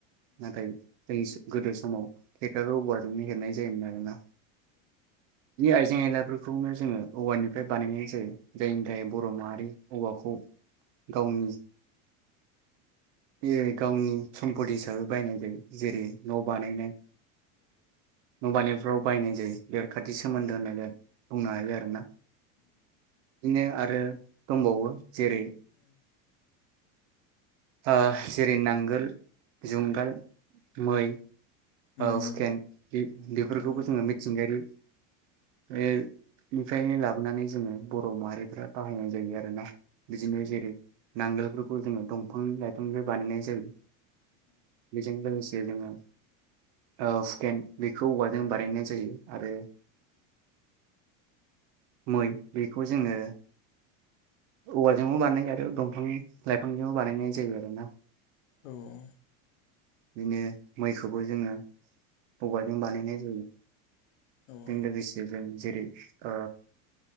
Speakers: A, on the right; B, on the left.
A: नाथाय जोंनि सु। गोदोसो समाव हेकार औवाजोंनो हेबनाय जायोमोन आरोना। बि आइजें आइला फोरखौनो जोङो औवाननिफ्राय बानायनाय जायो। जायनि थाखाय बर' माहारि औवाखौ। गावनिस। बियो गावनि सम्पतिस दों बायनाय जायो जेरै न'ब। बानायनाय न बानायब फ्राव बाहायनाय जायो। बेफोर खाथि सोमोन्दो नोंयो। बुंनो हायो आरोना। दिनै आर रो दंबावो जेरै
B: उम।
A: ओ जेरै नांगोल। जुंगाल मै
B: मै
A: ओ
B: औ
A: हुकेन बि-बिफोरखौबो
B: औ उम
A: जोङो
B: उम
A: मिथिंगायारि। मेब। निफ्रायनो लाबोनानै जो जोङो बर' माहारिफोरा बाहायनाय जायो आरोना बिदिनो जेरै नांगोलफोरखौ जोङो दं फां लाइफांनिफाय बानायनाय जायो। बिजों लोगोसे जोङो। औ हुखेन बिखौ औवाज जों बानायनाय
B: उम
A: जायो आरो। मै बेखौ जोङो औवाजोंबो बानायनाय आरो दंफां लाइफांजोंबो बानायनाय जायो आरो ना
B: औ-औ
A: बिदिनो मैखौबो जोङो औवाजों बानायनाय जायो
B: उम
A: बेजों लोगोसे जों जेरै ओ